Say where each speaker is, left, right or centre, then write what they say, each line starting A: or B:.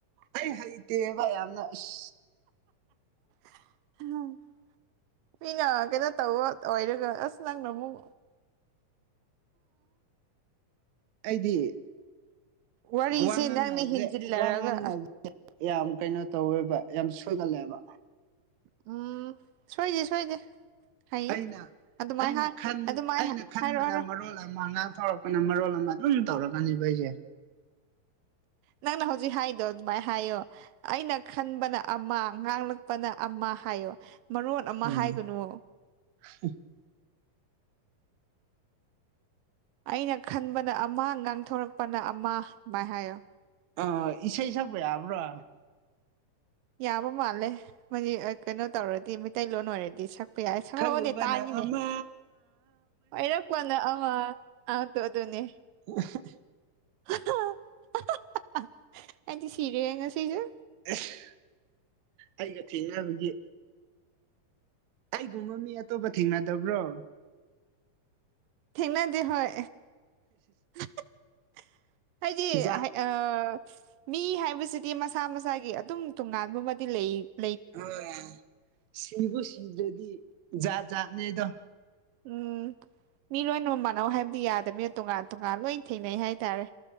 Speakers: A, on the right (about 65°); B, on the right (about 80°).
A: ꯑꯩ ꯍꯩꯇꯦꯕ ꯌꯥꯝꯅ ꯏꯁ
B: <unintelligible> ꯃꯤꯅ ꯀꯩꯩꯅꯣ ꯇꯧꯕ ꯑꯣꯏꯔꯒ ꯑꯁ ꯅꯪꯅ ꯑꯃꯨꯛ
A: ꯑꯩꯗꯤ
B: ꯋꯥꯔꯤꯁꯦ
A: ꯋꯥ ꯉꯥꯡꯅꯕꯁꯦ
B: ꯅꯪꯅ ꯍꯦꯟꯖꯤꯜꯂꯔꯒ
A: ꯋꯥ ꯉꯥꯡꯅꯕ__ <unintelligible> ꯌꯥꯝ ꯀꯩꯅꯣ ꯇꯧꯋꯦꯕ ꯌꯥꯝ ꯁꯣꯏꯒꯜꯂꯦꯕ
B: ꯎꯝ ꯁꯣꯏꯗꯦ ꯁꯣꯏꯗꯦ ꯍꯩꯌꯦ
A: ꯑꯩꯅ
B: ꯑꯗꯨꯃꯥꯏ
A: ꯑꯩꯅ
B: ꯍꯥꯏ
A: ꯈꯟ
B: ꯑꯗꯨꯃꯥꯏ
A: ꯑꯩꯅ ꯈꯟꯕꯅ
B: ꯍꯥꯏꯔꯣ ꯍꯥꯏꯔꯣ
A: ꯃꯔꯣꯜ ꯑꯃ ꯉꯥꯡꯊꯣꯔꯛ__ ꯄꯅ ꯃꯔꯣꯜ ꯑꯃ ꯑꯗꯨꯝ ꯇꯧꯔꯛꯀꯅꯤꯕ ꯑꯩꯁꯦ
B: ꯅꯪꯅ ꯍꯧꯖꯤꯛ ꯍꯥꯏꯗꯣ ꯑꯗꯨꯃꯥꯏꯅ ꯍꯥꯏꯌꯣ ꯑꯩꯅ ꯈꯟꯕꯅ ꯑꯃ ꯉꯥꯡꯂꯛꯄꯅ ꯑꯃ ꯍꯥꯏꯌꯣ ꯃꯔꯣꯟ ꯑꯃ
A: ꯎꯝ
B: ꯍꯥꯏꯒꯅꯨꯋꯣ
A: <unintelligible>
B: ꯑꯩꯅ ꯈꯟꯕꯅ ꯑꯃ ꯉꯥꯡꯊꯣꯔꯛꯄꯅ ꯑꯃ ꯑꯗꯨꯃꯥꯏ ꯍꯥꯏꯌꯣ
A: ꯑꯥ ꯏꯁꯩ ꯁꯛꯄ ꯌꯥꯕ꯭ꯔꯣ
B: ꯌꯥꯕ ꯃꯥꯜꯂꯦ ꯃꯣꯏꯗꯤ ꯀꯩꯅꯣ ꯇꯧꯔꯗꯤ ꯃꯩꯇꯩꯂꯣꯟ ꯑꯣꯏꯔꯗꯤ ꯁꯛ ꯄ ꯌꯥꯏ ꯁꯪꯂꯛꯑꯣꯅꯦ
A: ꯈꯜꯂꯨꯕꯅ
B: ꯇꯥꯒꯦꯅꯦ
A: ꯑꯃ
B: ꯑꯣꯏꯔꯛꯄꯅ ꯑꯃ ꯑꯪꯠꯇꯣ ꯑꯗꯨꯅꯦ
A: <unintelligible>
B: <unintelligible> ꯑꯩꯗꯤ ꯁꯤꯔꯦꯍꯦ ꯉꯁꯤꯁꯦ
A: ꯑꯦꯍ ꯑꯩꯒ ꯊꯦꯡꯅꯕꯒꯤ ꯑꯩꯒꯨꯝꯕ ꯃꯤ ꯑꯇꯣꯞꯄ ꯊꯦꯡꯅꯗꯕ꯭ꯔꯣ
B: ꯊꯦꯡꯅꯗꯦ ꯍꯣꯏ <unintelligible> ꯍꯥꯏꯗꯤ
A: ꯖꯥꯠ
B: ꯑꯥ ꯃꯤ ꯍꯥꯏꯕꯁꯤꯗꯤ ꯃꯁꯥ ꯃꯁꯥꯒꯤ ꯑꯗꯨꯝ ꯇꯣꯉꯥꯟꯕ ꯑꯃꯗꯤ ꯂꯩꯌꯦ
A: ꯑ <unintelligible> ꯁꯤꯕꯨ ꯁꯤꯗ꯭ꯔꯗꯤ ꯖꯥꯠ ꯖꯥꯠꯅꯦꯗꯣ
B: ꯎꯝ ꯃꯤ ꯂꯣꯏꯅꯃꯛ ꯃꯥꯟꯅꯧ ꯍꯥꯏꯕꯗꯤ ꯌꯥꯗꯕꯅꯤꯅ ꯇꯣꯉꯥꯟ ꯇꯣꯉꯥꯟ ꯂꯣꯏ ꯊꯦꯡꯅꯩ ꯍꯥꯏꯇꯥꯔꯦ